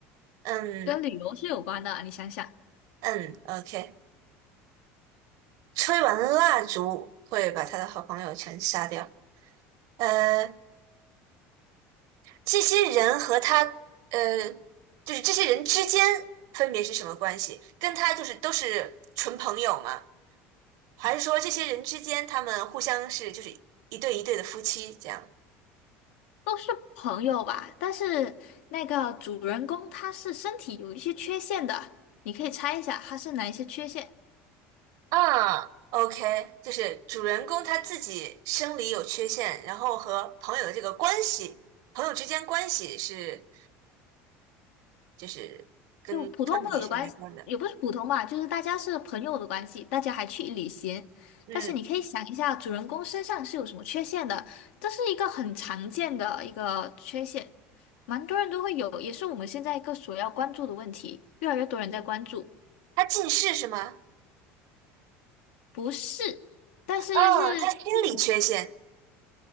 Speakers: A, on the right; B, on the left.
A: 嗯
B: 跟旅游是有关的，你想想，
A: 嗯，OK，吹完蜡烛会把他的好朋友全杀掉。呃，这些人和他，呃，就是这些人之间分别是什么关系？跟他就是都是纯朋友吗？还是说这些人之间他们互相是就是一对一对的夫妻这样？
B: 都是朋友吧，但是那个主人公他是身体有一些缺陷的，你可以猜一下他是哪一些缺陷。
A: 啊，OK，就是主人公他自己生理有缺陷，然后和朋友的这个关系，朋友之间关系是就是跟康体是没关的。
B: 就普通朋友的关系，也不是普通吧，就是大家是朋友的关系，大家还去旅行。
A: 嗯，
B: 但是你可以想一下，主人公身上是有什么缺陷的，这是一个很常见的一个缺陷，蛮多人都会有，也是我们现在一个所要关注的问题，越来越多人在关注。
A: 他近视是吗？
B: 不是，但是是嗯
A: 哦，他心理缺陷。